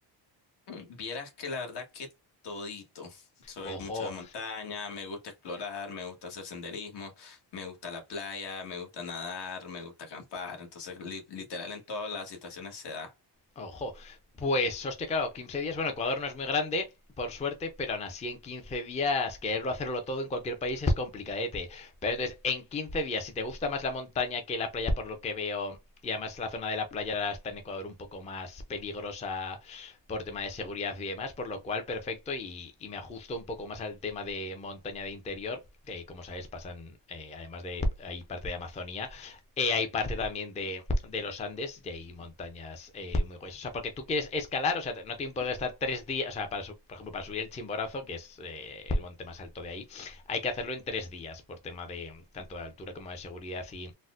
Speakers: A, on the left; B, on the left.
A: Mm, Vieras que la verdad que todito. Soy
B: Ojo,
A: mucho de montaña, me gusta explorar, me gusta hacer senderismo, me gusta la playa, me gusta nadar, me gusta acampar. Entonces, li- literal en todas las situaciones se da.
B: Ojo, pues hostia, claro, 15 días. Bueno, Ecuador no es muy grande, por suerte, pero aún así en 15 días quererlo hacerlo todo en cualquier país es complicadete. Pero entonces, en 15 días, si te gusta más la montaña que la playa, por lo que veo, y además la zona de la playa está en Ecuador un poco más peligrosa por tema de seguridad y demás, por lo cual perfecto y, y me ajusto un poco más al tema de montaña de interior, que como sabes pasan, eh, además de hay parte de Amazonía, eh, hay parte también de, de, los Andes y hay montañas eh, muy gruesas. O sea, porque tú quieres escalar, o sea, no te importa estar tres días, o sea, para su, por ejemplo, para subir el Chimborazo, que es eh, el monte más alto de ahí, hay que hacerlo en tres días por tema de tanto de altura como de seguridad y,